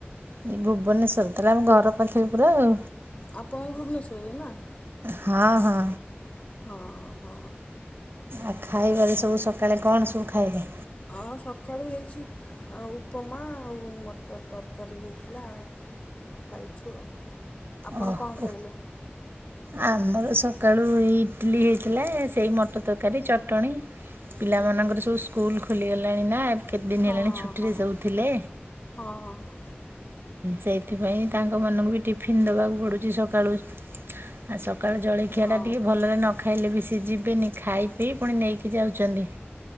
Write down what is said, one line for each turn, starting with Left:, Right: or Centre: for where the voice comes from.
Right: ଏଇ ଭୁବନେଶ୍ଵର ତାଲେ ଆମ ଘର ପାଖରେ ପୁରା ଆଉ।
Left: ଆପଣଙ୍କ ଭୁବନେଶ୍ୱରରେ ନା।
Right: ହଁ ହଁ।
Left: ହଁ ହଁ।
Right: ଆଉ ଖାଇବାରେ ସବୁ ସକାଳେ କଣ ସବୁ ଖାଇଲେ।
Left: ଅ ସକାଳୁ ହେଇଛି। ଆଉ ଉପମା ମୋଟ ତରକାରୀ ହେଇଥିଲା। ଖାଇଛୁ ଆଉ ଆପଣ
Right: ଓ
Left: କଣ ଖାଇଲେ।
Right: ଆମର ସକାଳୁ ଏ ଇଟିଲି ହେଇଥିଲା ସେଇ ମଟର ତରକାରୀ ଚଟଣୀ। ପିଲାମାନଙ୍କର
Left: ହୁଁ
Right: ସବୁ ସ୍କୁଲ ଖୋଲିଗଲାଣି ନା କେତେ ଦିନ
Left: ହଁ
Right: ହେଲାଣି ଛୁଟିରେ
Left: ହଁ
Right: ସବୁ ଥିଲେ
Left: ହଁ।
Right: ସେଇଥିପାଇଁ ତାଙ୍କ ମାନକୁ ବି ଟିଫିନ୍ ଦେବାକୁ ପଡୁଛି ସକାଳୁ ଆଉ ସକାଳ ଜଳଖିଆ
Left: ହଁ
Right: ଟା ଟିକେ ଭଲରେ ନ ଖାଇଲେ ବି ସିଏ ଯିବେନି ଖାଇ ପିଇ ପୁଣି ନେଇକି ଯାଉଛନ୍ତି।